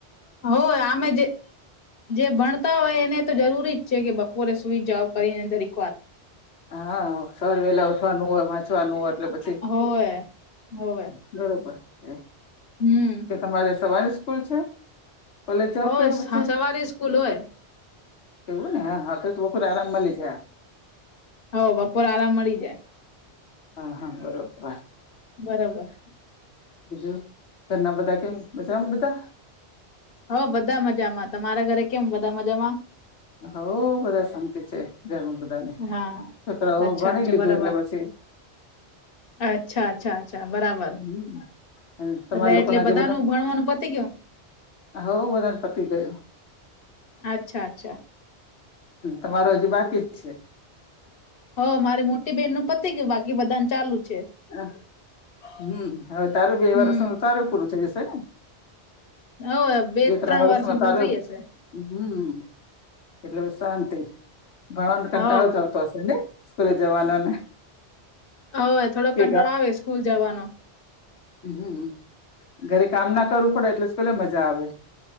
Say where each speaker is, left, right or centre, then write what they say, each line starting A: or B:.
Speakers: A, on the left (about 55°); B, on the left (about 75°).
A: હોય આમે જે. જે ભણતા હોય એને તો જરૂરી છે કે બપોરે સુઈ જાવ કરીને જરીક વાર.
B: હા સવારે વેલા ઉઠવાનું હોય વાંચવાનું હોય એટલે પછ
A: હોવે હોવે.
B: બરોબર છે.
A: હમ.
B: કે તમારે સવારે સ્કૂલ છે કોલેજ જાવ
A: હોય
B: કે પછી.
A: સવારે સ્કૂલ હોય
B: એવું ને હા હા તો તો પર આરામ મલી જાય.
A: હો બપોરે આરામ મળી જાય
B: હા હા બરોબર.
A: બરાબર.
B: બીજું ઘરના બધા કેમ બધા એમ બધા.
A: હો બધા મજામાં તમારા ઘરે કેમ બધા મજામાં.
B: હઉ બધા શાંતિ છે ઘરમાં બધાને
A: હા
B: છોકરાઓ
A: અચ્છા
B: ભણી
A: અચ્છા
B: લીધું
A: બરાબર
B: એટલે પછી
A: અચ્છા અચ્છા. અચ્છા બરાબર
B: હમ તમારા
A: એટલે
B: લોકો
A: એટલે
B: ના
A: બધા
B: જે
A: નુ ભણવાનું પતી ગયું.
B: હો બઘા નુ પતી ગયું.
A: અચ્છા અચ્છા.
B: તમારો હજીુ બાકી જ છે.
A: હ મારી મોટી બેહેન નું પતિ ગયું બાકી બધાને ચાલુ છે.
B: હ હમ હવે તારું બે
A: હમ
B: વર્ષ મા તારું પૂરું થઈ જશે ને.
A: હવે
B: બે ત્રણ વર્ષમાં
A: પૂરું
B: તારું
A: થઈ જશે
B: હમ. એટલે શાંતિ ભણવા કંટાળો
A: હો
B: જ આવતો હશે ને સ્કૂલે જવાનો ને.
A: હોવે થોડોક
B: કે
A: કંટ્રોળો આવે સ્કૂલ જવાનો.
B: હમ્મ ઘરે કામ ના કરવું પડે એટલે સ્કૂલે મજા આવે.